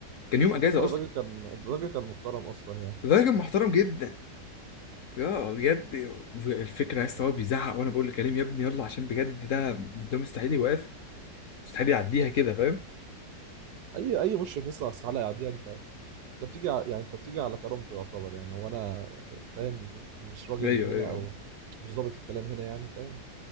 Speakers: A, on the left; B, on the right.
A: كان يوم اجازه
B: لسه
A: اصلا
B: الراجل كان الراجل كان محترم اصلا يعني
A: فده كان محترم جدا يا بجد الفكره يا اسطى هو بيزعق وانا بقول لكريم يا ابني يلا عشان بجد ده ده مستحيل يوافق مستحيل يعديها كده فاهم
B: اي اي مشرف لسه على السحالة يعديها انت انت بتيجي ع- يعني انت بتيجي على كرامته يعتبر يعني هو انا فاهم مش راجل
A: ايوه
B: هنا
A: ايوه
B: او
A: ايوه,
B: مش ظابط الكلام هنا يعني فاهم